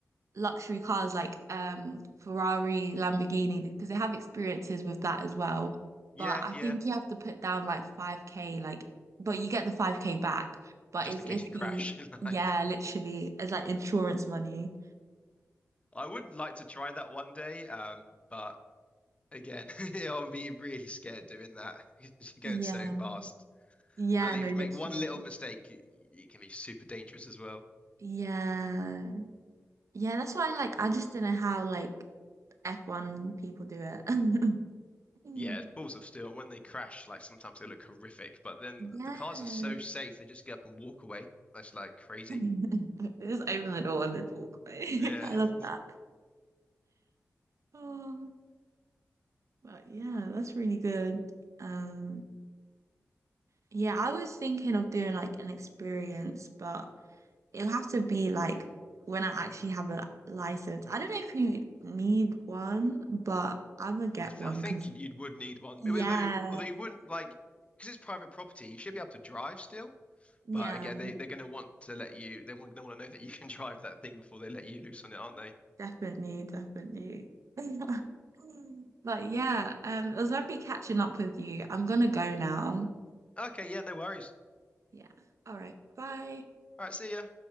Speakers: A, on the right; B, on the left.
A: luxury cars like um Ferrari, Lamborghini, because they have experiences with that as well.
B: Yeah,
A: But I
B: yeah.
A: think you have to put down like 5K, like, but you get the 5K back. But
B: Just
A: it's
B: in
A: if
B: case you crash,
A: you,
B: <laughs>
A: yeah,
B: like.
A: literally, it's like insurance money.
B: I would like to try that one day, um, but again, <laughs> I'll be really scared doing that <laughs> because you're going
A: Yeah.
B: so fast.
A: Yeah,
B: I think
A: no,
B: if
A: literally.
B: you make one little mistake, it, it can be super dangerous as well.
A: Yeah. Yeah, that's why like I just don't know how like F1 people do it. <laughs>
B: Yeah, it's balls of steel. When they crash, like sometimes they look horrific, but then
A: Yeah.
B: the cars are so safe they just get up and walk away. That's like crazy.
A: <laughs> Just open the door and then walk away.
B: Yeah,
A: <laughs> I love that.
B: <laughs>
A: Oh. But yeah, that's really good. Um, yeah, I was thinking of doing like an experience, but it'll have to be like when I actually have a license. I don't know if you need one, but I'm gonna get
B: I th
A: one
B: I think
A: because
B: you'd, you'd would need one.
A: yeah,
B: Although although you wouldn't like because it's private property, you should be able to drive still.
A: <laughs>
B: But again,
A: yeah,
B: they, they're going to want to let you, they want, they want to know that you can <laughs> drive that thing before they let you loose on it, aren't they?
A: definitely, definitely. <laughs> But yeah, um, it was lovely catching up with you. I'm gonna go now.
B: Okay, yeah, no worries.
A: Yeah. All right. Bye.
B: All right, see ya.